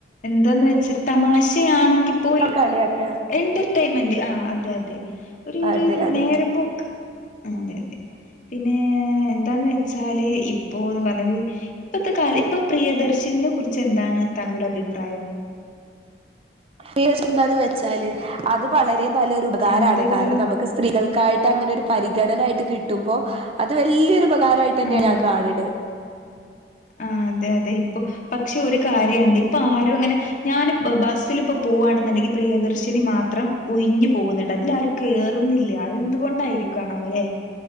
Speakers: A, on the left; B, on the right.
A: ഇതാന്ന് വെച്ച് തമാശയാണെങ്കി പോലും
B: കളിയാക്ക
A: എന്റർടൈമെന്റ് ആ അതെ അതെ ഒര്
B: അതെ
A: ര്
B: അതെ
A: നേരം പോക്ക് ആ അതെ അതെ പിന്നെ എന്താന്ന് വെച്ചാല് ഈ ഇപ്പോന്ന് പറഞ്ഞല് ഇപ്പത്തെ കാല ഇപ്പൊ പ്രിയദർശിനിനെ കുറിച്ച് എന്താണ് താങ്കളുടെ അഭിപ്രായം
B: പ്രിയദർശിനി എന്താന്ന് വെച്ചാല് അത് വളരെ നല്ലൊരു ഉപകാരമാണ്
A: ആഹ് അതെ
B: കാരണം
A: പറയൂ
B: നമുക്ക് സ്ത്രീകൾക്കായിട്ട് അങ്ങനെ ഒരു പരിഗണന ആയിട്ട് കിട്ടുമ്പോ അത് വലിയൊരു ക്കാരായിട്ട്ന്നെയാ
A: ആഹ്
B: ഞാൻ കാണണ് <inaudible>
A: ആ അതെ അതെ ഇപ്പൊ പക്ഷെ ഒരു കാര്യുണ്ട് ഇപ്പൊ ആരും അങ്ങനെ ഞാൻ ബസ്സൽ ഇപ്പ പോവവാണെന്നുണ്ടെങ്കിൽ പ്രിയദർശിനി മാത്രം ഒിഞ്ഞു പോകുന്നുണ്ട് അതിലാരും കേറുന്നില്ല അത് എന്തുകൊണ്ടായിരിക്കുണ അവലെ